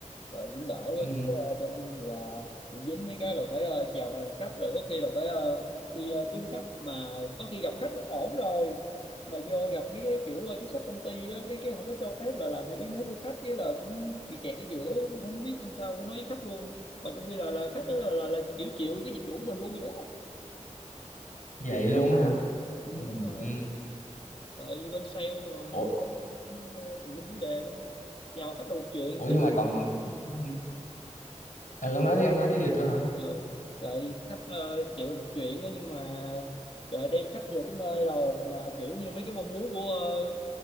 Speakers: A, on the left (about 45°); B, on the left (about 85°).
A: rồi cũng đỡ
B: ừ,
A: quá chứ ờ, bên tôi thì ờ, bị dính mấy cái là phải ờ, chào hàng khách rồi có khi là phải ờ, đi ờ, kiếm khách mà có khi gặp khách ổn rồi mà vô gặp mấy cái kiểu ờ, chính sách công ty á, cái cái không có cho phép là làm theo ý muốn của khách cái là cũng bị kẹt ở giữa không biết làm sao phải nói với khách luôn mà trong khi là là khách đó là là, là kiểu chịu cái dịch vụ của mình luôn rồi đó
B: vậy luôn á hả
A: ừ,
B: ừ,
A: đúng rồi
B: ừ.
A: tại bên sale mà
B: ủa
A: cũng, ờ, tùm lum vấn đề lắm chào khách là một chuyện
B: ủa
A: khách
B: nhưng mà còn ừ, ừ. Ừ, ông nói đi ông nói đi để tôi hỏi
A: ừ. Vậy khách ờ, chịu một chuyện đó nhưng mà trời đem khách về tới nơi rồi mà kiểu như mấy cái mong muốn của ờ,